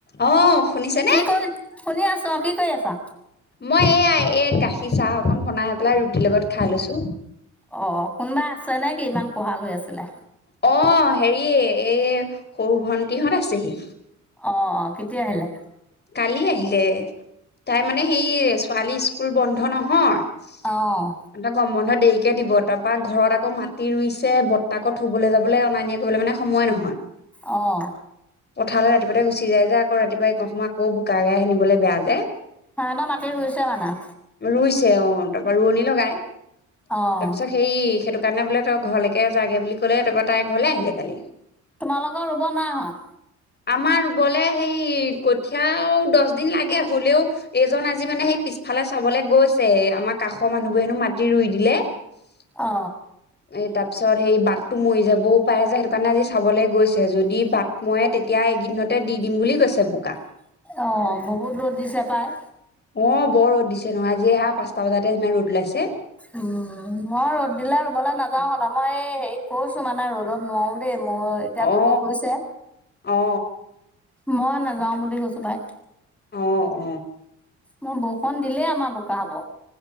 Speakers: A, on the left; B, in the centre.
A: অঁ' শুনিছে
B: কি
A: নে?
B: কৰি শুনি আছো অঁ' কি কৰি আছা?
A: মই এয়া এই গাখীৰ চাহ অকন বনাই পেলাই ৰুটিৰ লগত খাই লৈছো।
B: অঁ অঁ' কোনোবা আছে নে কি ইমান কোঁহাল হৈ আছিলে?
A: অঁ' সেৰি এই সৰু ভন্টিহঁত আছেহি।
B: অঁ' অঁ' কেতিয়া আহিলে?
A: কালি আহিলে, তাই মানে সেই ছোৱালী স্ক স্কুল বন্ধ নহয়- সিহঁতৰ
B: অ'
A: গম বন্ধ দেৰিকে দিব, তাৰপৰা ঘৰত আকৌ মাটি ৰুইছে বতাকৰ থুবলৈ যাবলৈ অনা-নিয়ে কৰিবলৈ মানে সময় নহয়।
B: অঁ'।
A: পথাৰলৈ ৰাতিপুৱাতে গুচি যায় যে আকৌ ৰাতিপুৱা এইকণ সময় আকৌ বোকা গাই আহি নিবলৈ বেয়া যে।
B: সেহেতৰ মাটি ৰুইছে মানে?
A: ৰুইছে অঁ' তাৰপা ৰোৱনী লগাই তাৰপিছত
B: অ'
A: সেৰি সেইটো কাৰণে বোলে তই ঘৰলৈকে যাগৈ বুলি ক'লে তাৰপৰা তাই ঘৰলৈ আহিলে কালি।
B: তোমালোকৰ ৰুব নাই হোৱা?
A: আমাৰ ৰুবলে সেই কঠীয়াও দহ দিন লাগে হ'লেও এইজন আজি মানে সেই পিছফালে চাবলৈ গৈছেহে আমাৰ কাষৰ মানুহবোৰে হেনো মাটি ৰুই দিলে <unintelligible>
B: অ
A: এই তাৰপিছত সেই বাটটো মৰি যাবও পাৰে যে সেইটো কাৰণে আজি চাবলৈ গৈছে যদি বা মই তেতিয়া এইকদিনতে দি দিম বুলি কৈছে বোকা
B: অ বহুত ৰ'দ দিছে পায়
A: অ বৰ ৰ'দ দিছে নহয় জিহা পাঁচটা বজাতে যিমান ৰ'দ ওলাইছে
B: উম, মই ৰ'দ দিলে ৰুবলৈ নাযাও শুনা মই এই হেৰি কৈছো মানে ৰ'দত নোৱাৰো দেই মোৰ এতিয়া দুলু
A: অ
B: গৈছে
A: অ অ
B: মই নাযাও বুলি কৈছো পাই
A: অ অ
B: মোৰ বৰষুণ দিলেই আমাৰ বোকা হ'ব।